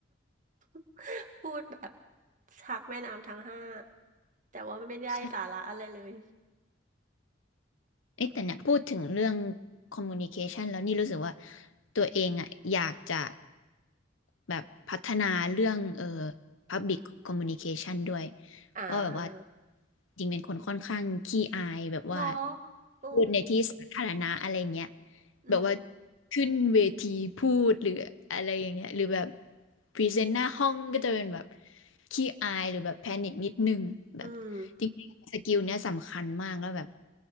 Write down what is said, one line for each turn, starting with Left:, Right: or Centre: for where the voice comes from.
Right: <laughs> พูดแบบชักแม่น้ำทั้งห้าแต่ว่าไม่ได้สาระอะไรเลย
Left: ใช่เอ๊ะแต่เนี่ยพูดถึงเรื่อง communication แล้วนี่รู้สึกว่าตัวเองอ่ะอยากจะ แบบพัฒนาเรื่องเอ่อ Public Communication ด้วย
Right: อ่า
Left: เพราะแบบว่าจริงเป็นคนค่อนข้างขี้อายแบบว่า
Right: หรอโอ้
Left: พูดในที่สาธารณะอะไรเงี้ย
Right: อืม
Left: แบบว่าขึ้นเวทีพูดหรืออะไรอย่างเงี้ยหรือแบบพรีเซนต์หน้าห้องก็จะเป็นแบบขี้อายหรือแบบแพนิคนิดนึงแบบ
Right: อืม
Left: จริงๆสกิลเนี้ยสำคัญมากแล้วแบบ